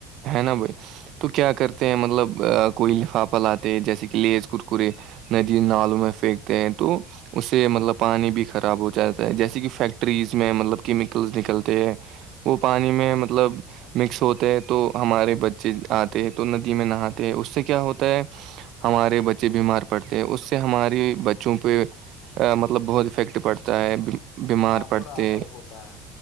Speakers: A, on the right; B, on the left.
A: ہے نا بھائی تو کیا کرتے ہیں مطلب کوئی لفافا لاتتے جیسے کہ لیز کرکرے ندی نالوں میں پھینکتے ہیں تو اس سے مطلب پانی بھی خراب ہو جاتا ہے جیسے کہ فیکٹریز میں مطلب کیمیکلس نکلتے ہیں وہ پانی میں مطلب مکس ہوتے تو ہمارے بچے آتے ہیں تو ندی میں نہاتے ہیں اس سے کیا ہوتا ہے ہمارے بچے بیمار پڑتے ہیں اس سے ہماری بچوں پہ مطلب بہت افیکٹ پڑتا ہے بیمار
B: ہاں
A: پڑتے
B: برا اثر ہوتا ہے